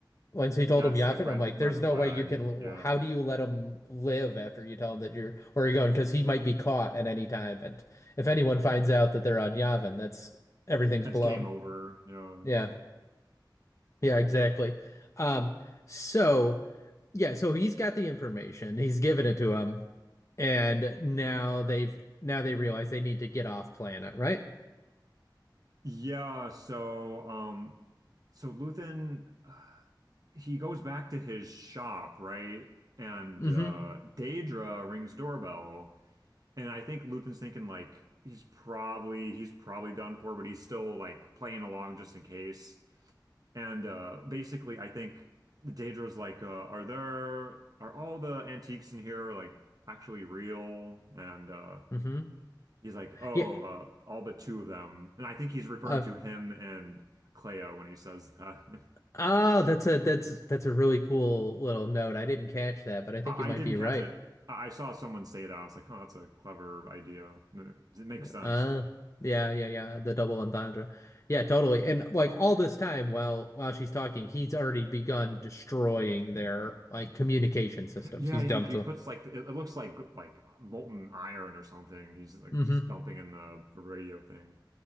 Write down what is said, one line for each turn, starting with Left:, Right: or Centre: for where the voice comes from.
Left: once he told
Right: That's
Left: him Yavin,
Right: like red
Left: I'm like,
Right: red
Left: there's
Right: flag.
Left: no way you can. l-
Right: Yeah.
Left: How do you let him live after you tell him that you're where you're going? Because he might be caught at any time, and if anyone finds out that they're on Yavin, that's everything's
Right: That's
Left: blown.
Right: game over. Yeah.
Left: Yeah. Yeah, exactly. Um, so yeah, so he's got the information. He's given it to him, and now they've now they realize they need to get off planet, right?
Right: Yeah, so um so Luthen he goes back to his shop, right? And
Left: Mm-hmm.
Right: uh, Daedra rings doorbell, and I think Luthen's thinking like he's probably he's probably done for, but he's still like playing along just in case. And uh, basically, I think Daedra's like, uh, "Are there are all the antiques in here like actually real?" And uh,
Left: Mm-hmm.
Right: he's like, "Oh,
Left: Yeah.
Right: uh, all but two of them." And I think he's referring
Left: Uh,
Right: to him and Cleo when he says that. <laughs>
Left: ah, that's a that's that's a really cool little note. I didn't catch that, but I think
Right: I,
Left: you might
Right: I didn't
Left: be
Right: catch
Left: right.
Right: it. I I saw someone say that. I was like, "Oh, that's a clever idea. It makes sense."
Left: Uh, yeah, yeah, yeah. The double entendre. Yeah, totally. And like all this time while while she's talking, he's already begun destroying their like communication systems.
Right: Yeah,
Left: He's dumped
Right: he, he puts like it, it looks like like molten iron or something. He's like
Left: hmm
Right: just dumping in the radio thing.